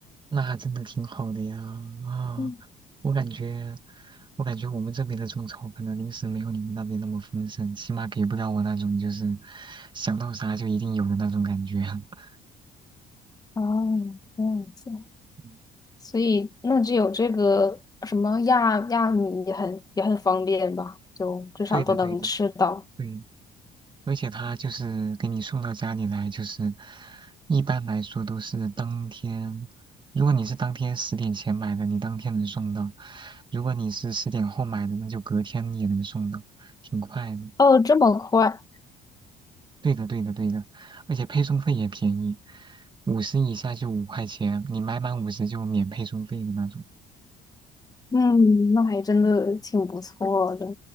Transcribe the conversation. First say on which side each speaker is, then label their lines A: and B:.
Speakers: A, on the right (about 30°); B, on the left (about 20°).
A: 那还真的挺好的呀。啊、
B: 嗯，
A: 我感觉，我感觉我们这边的中超可能零食没有你们那边那么丰盛，起码给不了我那种就是想到啥就一定有的那种感觉。<laughs>
B: 哦，这样子，
A: 嗯，
B: 所以那只有这个什么亚亚米也很也很方便吧，就至少都能吃到。
A: 对的，对的，对。而且他就是给你送到家里来，就是一般来说都是当天，如果你是当天十点前买的，你当天能送到；如果你是十点后买的，那就隔天也能送到，挺快的。
B: 哦，这么快，
A: 对的，对的，对的，而且配送费也便宜，五十以下就五块钱，你买满五十就免配送费的那种。
B: 嗯，那还真的挺不错的。